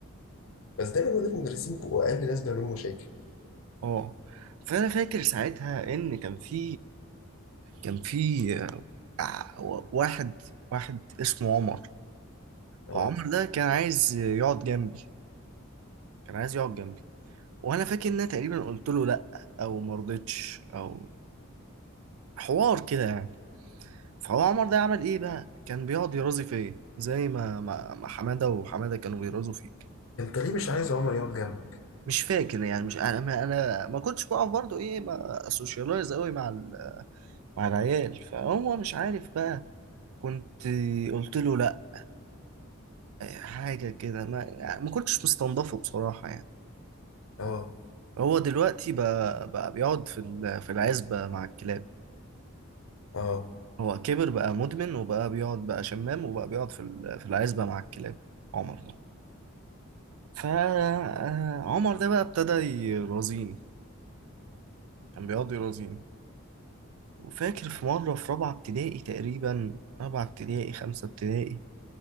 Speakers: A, on the left; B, on the right.
A: بس دايما ولاد المدرسين بيبقوا أقل ناس بيعملوا مشاكل
B: اه فانا فاكر ساعتها ان كان في كان في آه، واحد واحد اسمه عمر
A: اه
B: عمر ده كان عايز يقعد جنبي كان عايز يقعد جنبي وانا فاكر ان انا تقريبا قلت له لا او ما رضيتش او حوار كده يعني فهو عمر ده عمل ايه بقى كان بيقعد يرازي فيا زي ما ما ما حماده وحماده كانوا بيرازوا فيك
A: أنت ليه مش عايز عمر يقعد جنبك؟
B: مش فاكر يعني مش انا ما انا ما كنتش بقف برضو ايه ما اسوشيالايز قوي مع ال- مع العيال فهو مش عارف بقى كنت قلت له لا حاجه كده ما يعني ما كنتش مستنضفه بصراحه يعني
A: اه
B: هو دلوقتي بقى بقى بيقعد في ال- في العزبه مع الكلاب
A: اه
B: هو كبر بقى مدمن وبقى بيقعد بقى شمام وبقى بيقعد في ال- في العزبه مع الكلاب عمر فعمر ده بقى ابتدى يرازيني كان بيقعد يرازيني وفاكر في مرة في رابعة ابتدائي تقريبا رابعة ابتدائي خمسة ابتدائي